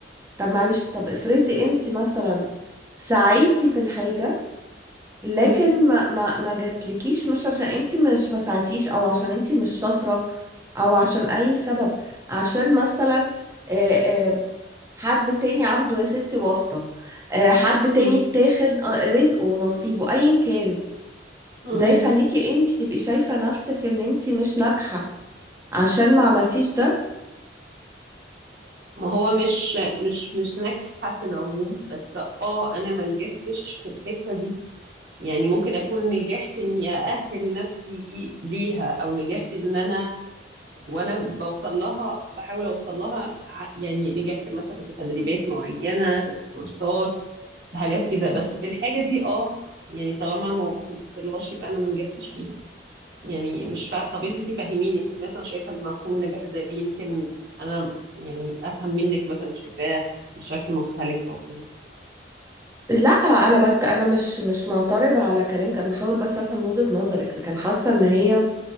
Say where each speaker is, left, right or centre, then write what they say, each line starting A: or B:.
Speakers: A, on the right; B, on the right.
A: طب معلش طب افرضي انت مثلا سعيتي في الحاجة لكن
B: مم،
A: ما ما ما جاتلكيش مش عشان انت مش ما سعيتيش او عشان انت مش شاطرة او عشان اي سبب عشان مثلا آه، آه، حد تاني عنده يا ستي واسطة آه، حد تاني
B: مم،
A: اتاخد آه، رزقه ونصيبه ايا كان
B: مم.
A: ده يخليكي انت تبقي شايفة نفسك ان انت مش ناجحة عشان ما عملتيش ده
B: ما هو مش مش مش ناجحة في العموم بس اه انا ما نجحتش في الحتة دي يعني ممكن اكون نجحت اني اأهل نفسي ليها او نجحت ان انا وانا بوصل لها بحاول اوصل لها ع- يعني نجحت مثلا في تدريبات معينه في كورسات في حاجات كده بس في الحاجه دي اه يعني طالما انا ما وصلت لهاش يبقى انا ما نجحتش فيها يعني مش فا... طب انت فهميني انت مثلا شايفه المفهوم النجاح ازاي يمكن انا يعني افهم منك مثلا شايفاه بشكل مختلف او كده
A: لا انا بك انا مش مش معترضه على كلامك انا بحاول بس افهم وجهه نظرك لكن حاسه ان هي